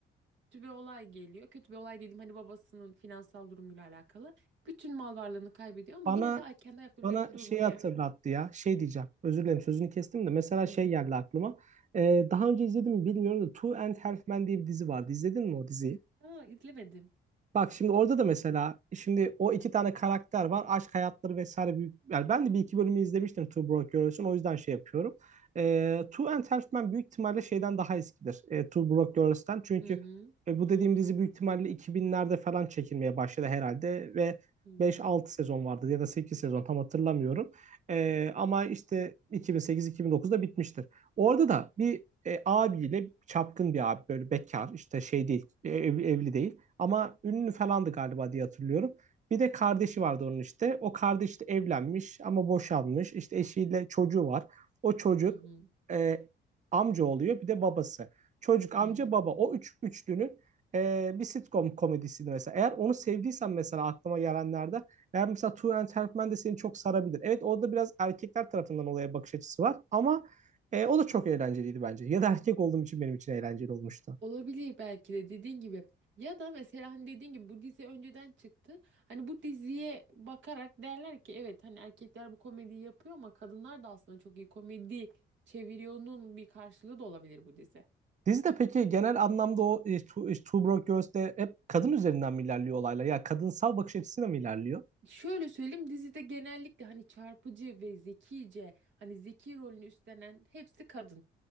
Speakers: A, on the right; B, on the right.
A: bir olay geliyor. Kötü bir olay dedim hani babasının finansal durumuyla alakalı. Bütün mal varlığını kaybediyor ama
B: Bana
A: yine de ay- kendi ayakları
B: bana
A: üzerinde durmayı.
B: şey hatırlattı ya. Şey diyeceğim. Özür dilerim sözünü kestim de. Mesela
A: Hı
B: şey
A: hı.
B: geldi aklıma. Ee, daha önce izledim mi bilmiyorum da Two and Half Men diye bir dizi vardı. İzledin mi o diziyi?
A: Aa, izlemedim.
B: Bak şimdi orada da mesela şimdi o iki tane karakter var. Aşk hayatları vesaire büyük. Yani ben de bir iki bölümü izlemiştim Two Broke Girls'ün. O yüzden şey yapıyorum. E, Two and Half Men büyük ihtimalle şeyden daha eskidir. E, Two Broke Girls'ten. Çünkü
A: Hı hı.
B: e, bu dediğim dizi büyük ihtimalle 2000'lerde falan çekilmeye başladı herhalde. Ve
A: Hı
B: 5-6
A: hı.
B: sezon vardı ya da 8 sezon tam hatırlamıyorum. E, ama işte 2008-2009'da bitmiştir. Orada da bir e, abiyle çapkın bir abi böyle bekar işte şey değil e, ev- evli değil ama ünlü falandı galiba diye hatırlıyorum. Bir de kardeşi vardı onun işte. O kardeş de evlenmiş ama boşanmış. İşte eşiyle çocuğu var. O çocuk
A: Hı hı.
B: e, amca oluyor bir de babası. Çocuk amca
A: Hı hı.
B: baba o üç üçlünün e, bir sitcom komedisiydi mesela. Eğer onu sevdiysen mesela aklıma gelenlerde eğer mesela Two and a Half Men de seni çok sarabilir. Evet orada biraz erkekler tarafından olaya bakış açısı var ama e, o da çok eğlenceliydi bence. Ya da erkek olduğum için benim için eğlenceli olmuştu.
A: Olabilir belki de dediğin gibi. Ya da mesela hani dediğin gibi bu dizi önceden çıktı. Hani bu diziye bakarak derler ki evet hani erkekler bu komediyi yapıyor ama kadınlar da aslında çok iyi komedi çeviriyor'nun bir karşılığı da olabilir bu dizi.
B: Dizide peki genel anlamda o e, Two, e, Two Broke Girls'te hep kadın üzerinden mi ilerliyor olaylar? Ya kadınsal bakış açısıyla mı ilerliyor?
A: Şöyle söyleyeyim dizide genellikle hani çarpıcı ve zekice hani zeki rolünü üstlenen hepsi kadın.